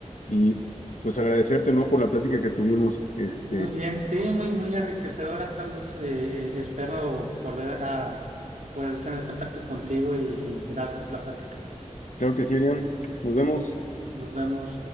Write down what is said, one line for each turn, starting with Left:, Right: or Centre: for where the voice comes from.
Left: y pues agradecerte, ¿no? Por la plática que tuvimos. Este,
Right: Muy bien, sí, muy, muy enriquecedora, Carlos. Eh, eh, espero volver a poder tener contacto contigo y y gracias por la plática.
Left: claro que sí, Iriam, nos vemos.
Right: Nos vemos.